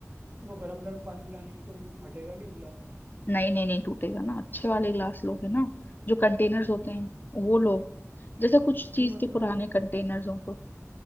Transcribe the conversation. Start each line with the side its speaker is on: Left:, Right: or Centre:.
Right: वो गरम गरम पानी में डालेंगे तो वो फटेगा नहीं गिलास
Left: नहीं नहीं नहीं टूटेगा ना अच्छे वाले ग्लास लोगे ना
Right: मतलब
Left: जो कंटेनर्स
Right: <laughs>
Left: होते हैं वो लो जैसे कुछ चीज
Right: नहीं मतलब
Left: के पुराने कंटेनर्स हो तो